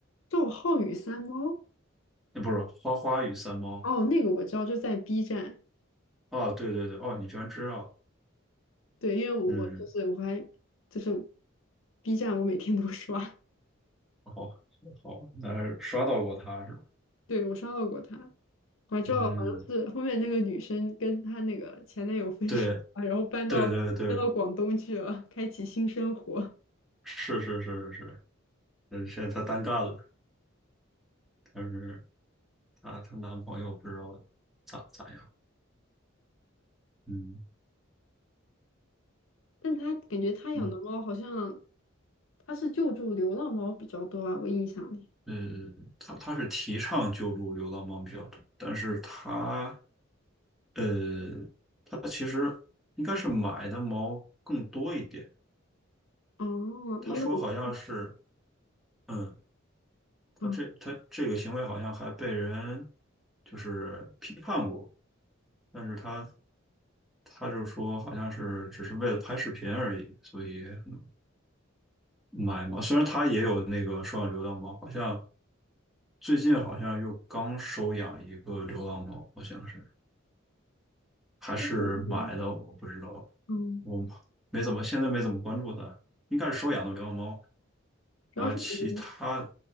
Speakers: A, on the left; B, in the centre.
A: 赵浩宇三猫
B: 那不是花花与三猫
A: 哦，那个我知道，就在 B 站，
B: 哦，对对对，哦，你居然知道，
A: 对，因为我我就是我还就是
B: 嗯，
A: B 站，我每天都 <laughs> 刷，
B: 好好，那刷到过他是吧？
A: 对我刷到过他，我还知道好像是后面那个女生跟她那个前男友分手了，
B: 嗯，对
A: 然后搬到搬到广东去了，
B: 对对对，
A: 开启新生活。
B: 是是是是是，嗯，现在她单干了，但是她她男朋友不知道咋咋样，嗯
A: 但他感觉他养的猫好像
B: 嗯
A: 他是救助流浪猫比较多吧，我印象里。
B: 呃，她她是提倡救助流浪猫比较多，但是她呃它其实应该是买的猫更多一点。
A: 哦，
B: 他说好像是，
A: 因为我看，
B: 嗯，他这他这个行为好像还被人
A: 嗯，
B: 就是批判过，但是他他就说好像是只是为了拍视频而已，所以嗯买嘛。虽然他也有那个收养流浪猫，好像最近好像又刚收养一个流浪猫，好像是还是买的，
A: 我感觉
B: 我不知道，
A: 嗯，
B: 我没怎么现在没怎么关注他，应该是收养的流浪猫。
A: 主要是感觉
B: 然后其他，